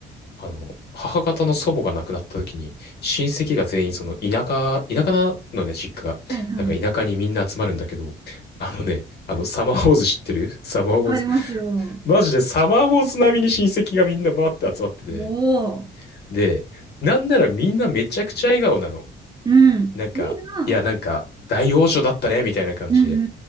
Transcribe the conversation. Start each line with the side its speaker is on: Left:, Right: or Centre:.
Left: あの、母方の祖母が亡くなった時に、親戚が全員その田舎、田舎なのね、実家が。
Right: はいはい。
Left: だから田舎にみんな集まるんだけど、あのね、あの、サマーウォーズ知ってるサマーウォーズ。
Right: わかりますよ。
Left: マジでサマーウォーズ並みに親戚がみんなバーって集まってて。
Right: おお。
Left: で、なんならみんなめちゃくちゃ笑顔なの。
Right: うん。
Left: なんか、
Right: いいな。
Left: いや、なんか、大王女だったね、みたいな感じで、
Right: うんうん